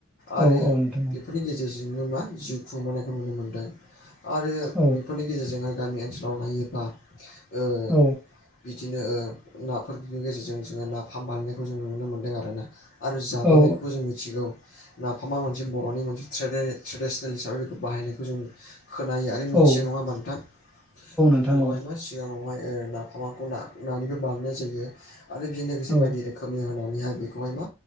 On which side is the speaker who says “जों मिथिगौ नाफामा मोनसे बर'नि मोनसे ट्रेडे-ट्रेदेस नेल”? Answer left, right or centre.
Left